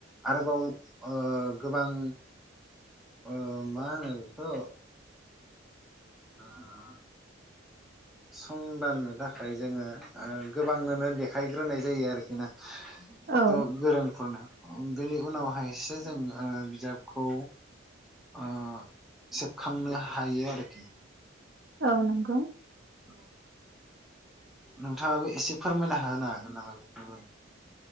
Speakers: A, in the centre; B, on the right.
A: आरोबाव गोबां अ मा होनो बेखो अ संदाननो थाखाय जोङो ओ गोबांनोनो देखायग्रोनाय जायो आरोखिना
B: औ
A: थ' गोरोंफोरनो बेनि उनावहायसो जों ओ बिजाबखौ ओं सेबखांनो हायो आरोखि
B: औ नंगौ
A: औ नोंथाङाबो एसे फोरमायना होनो हागोन नामा बेफोराय